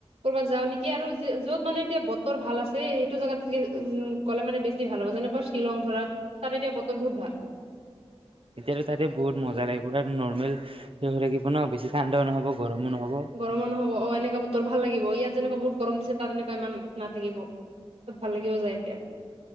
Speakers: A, on the right; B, on the right.
A: কৰ'বাত যাও নেকি আৰু যি য'ত মানে এতিয়া বতৰ ভাল আছে সেইটো জাগাত ফুৰি উ উম উম। গ'লে মানে বেছি ভাল হ'ব যেনেকুৱা শ্বিলং ধৰা তাত এতিয়া বতৰ বহুত ভাল।
B: এতিয়ালৈ তাতে বহুত মজা লাগিব তাত নৰ্মেল শে হৈ থাকিব ন বেছি ঠাণ্ডাও নহ'ব গৰমো নহ'ব।
A: গৰমো নহব অ এনেকা বতৰ ভাল লাগিব ইয়াত যেনেকুৱা বহুত গৰম দিছে তাত এনেকা ইমান নাথাকিব। বহুত ভাল লাগিব যাই এতিয়া।